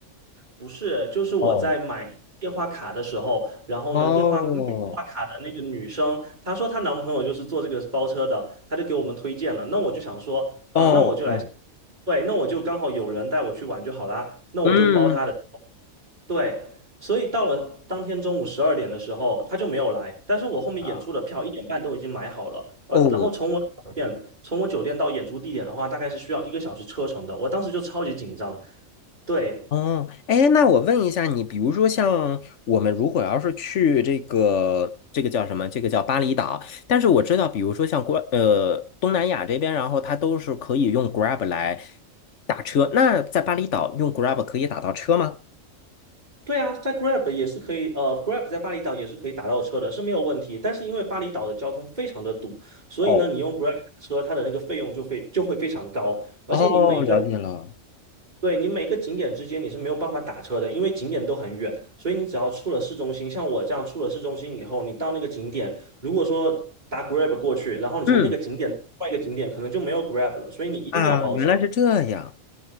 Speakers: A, on the right; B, on the left.
A: 不是，就是我在买电话卡的时候，
B: 哦，
A: 然后呢，
B: 哦
A: 电话卖电话卡的那个女生，她说她男朋友就是做这个包车的，她就给我们推荐了。那我就想说啊，
B: 哦哦，
A: 那我就来，对，那我就刚好有人带我去玩就好啦，那我就包他的。
B: 嗯。
A: 对，所以到了当天中午十二点的时候，他就没有来。但是我后面演出的票一点半都已经买好了，
B: 啊，
A: 而然后从我酒店从我酒店到演出地点的话，
B: 哦，
A: 大概是需要一个小时车程的。我当时就超级紧张，对，
B: 哦，哎，那我问一下你，比如说像我们如果要是去这个这个叫什么，这个叫巴厘岛，但是我知道，比如说像国呃东南亚这边，然后它都是可以用 Grab 来打车，那在巴厘岛用 Grab 可以打到车吗？
A: 对啊，在 Grab 也是可以，呃，Grab 在巴厘岛也是可以打到车的，是没有问题。但是因为巴厘岛的交通非常的堵，所以呢，
B: 哦，
A: 你用 Grab 打车，它的那个费用就非就会非常高，而且你每一个
B: 哦，了解了。
A: 对你每个景点之间你是没有办法打车的，因为景点都很远，所以你只要出了市中心，像我这样出了市中心以后，你到那个景点，如果说打 Grab 过去，然后你从那个景点到另外一个景点，
B: 嗯，
A: 可能就没有 Grab 了，所以你一定要包车。
B: 啊，原来是这样。